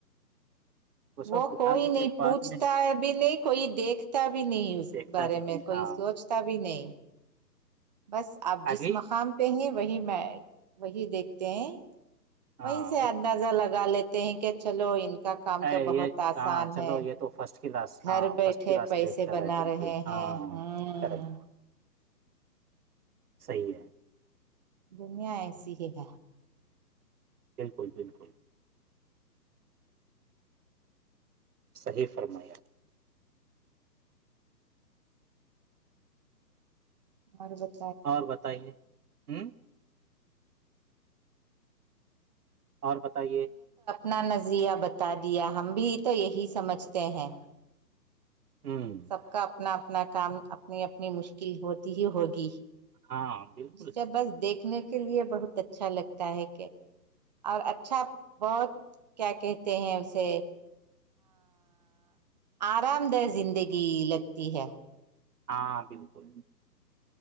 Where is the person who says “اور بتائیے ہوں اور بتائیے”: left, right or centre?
Right